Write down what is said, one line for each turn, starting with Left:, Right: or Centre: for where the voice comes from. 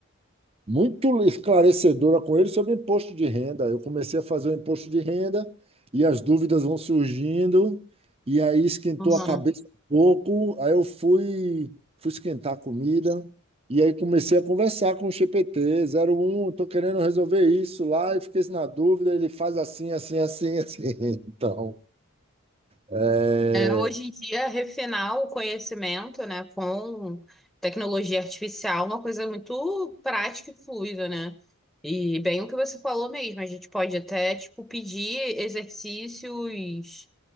Right: muito esclarecedora com ele sobre imposto de renda. Eu comecei a fazer o imposto de renda e as dúvidas vão surgindo, e aí esquentou
Centre: uhum.
Right: a cabeça um pouco. Aí eu fui, fui esquentar a comida, e aí comecei a conversar com o G P T zero um. estou querendo resolver isso lá, e fiquei na dúvida, ele faz assim, assim, assim, <laughs> assim. Então, é,
Centre: É, hoje em dia, refinar o conhecimento, né, com tecnologia artificial é uma coisa muito prática e fluida, né? E bem o que você falou mesmo, a gente pode até, tipo, pedir exercícios